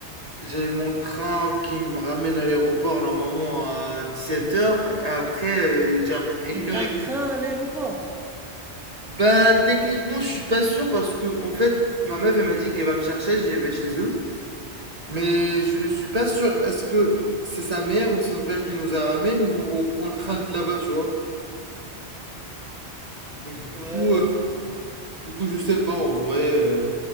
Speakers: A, on the right (about 35°); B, in the centre.
A: j'ai mon train qui me ramène à l'aéroport normalement à 17h. Et après, euh, j'ai à peu près
B: Tu
A: une
B: prends
A: heure et
B: le
A: quart.
B: train à l'aéroport?
A: Bah, techniquement, je suis pas sûr parce que, en fait, ma meuf, elle m'a dit qu'elle va me chercher, j'y vais chez eux. Mais je ne suis pas sûr. Est-ce que c'est sa mère ou son père qui nous la ramène ou on prend le train de là-bas, tu vois? Donc, Du
B: Ouais,
A: coup, euh,
B: je vois.
A: du coup, je sais pas, en vrai. euh,